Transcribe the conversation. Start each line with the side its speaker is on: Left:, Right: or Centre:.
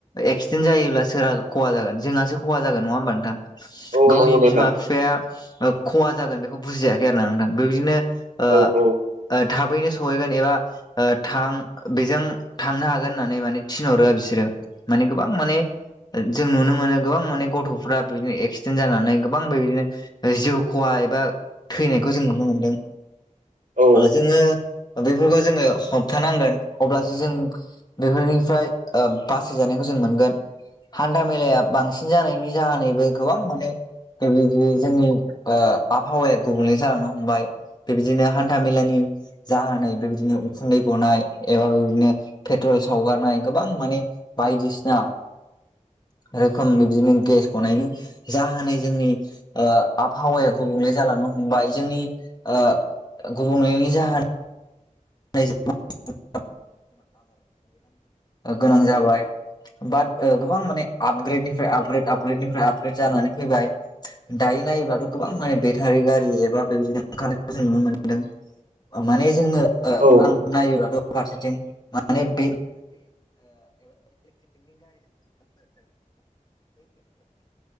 Left: एक्सिडेन्ट जायोब्ला सोरा खहा जागोन जोंहासो खहा जागोन नङा होमबा नोंथां। गावनि
Right: औ नंगौ नोंथां
Left: बिमा बिफाया खहा जागोन बेखौ बुजियाखै आरो ना नोंथां बेबायदिनो ओ
Right: औ औ
Left: थाबैनो सहैगोन एबा थां बेजों थांनो हागोन होननानै मानि थिनहरो बिसोरो माने गोबां माने जों नुनो मोनो गोबां माने गथ'फ्रा बिदिनो एक्सिडेन्ट जानानै गोबां बेदिनो जिउ खहा एबा थैनायखौ जों नुनो मोनदों
Right: औ
Left: जोङो बेफोरखौ जोङो हमथानांगोन अब्लासो जों बेफोरनि फ्राय बासाय जानायखौ जों मोनगोन हान्था मेलाया बांसिन जानायनि जाहोनैबो गोबां माने बे बिदि जोंनि आबहावाया गुबुंले जालांनो हमबाय। बेबायदिनो हान्था मेलानि जाहोनै बेबायदिनो उखुन्दै गनाय एबा बेबायदिनो पेट्रल सावगारनाय गोबां माने बायदिसिना
Right: <inaudible>
Left: रोखोम बिदिनो गेस गनायनि जाहोनै जोंनि आबहावाया गुबुंले जालांनो हमबाय जोंनि गुबुंलेनायनि जाहोना <unintelligible> गोनां जाबाय बाट गोबां माने आपग्रेडनिफ्राय आपग्रेद आपग्रेड निफ्राय आपग्रेड जानानै फैबाय दायो नायोब्लाथ' गोबां माने बेटारि गारि एबा बेबायदिनो ओंखारनायखौ जों नुनो मोन्दों। माने जोंङो
Right: औ
Left: आं नायोबथ' फारसेथिं माने <unintelligible>
Right: <inaudible>